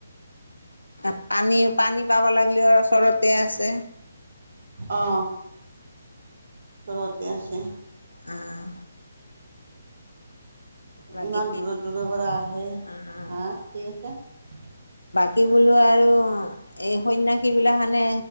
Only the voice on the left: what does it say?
অ পানী পানী পাব লাগিলেও ওচৰতে আছে
অঁ বাকী
অ'।
কি বোলো আৰু এই সণ্যাষিবিলাসনে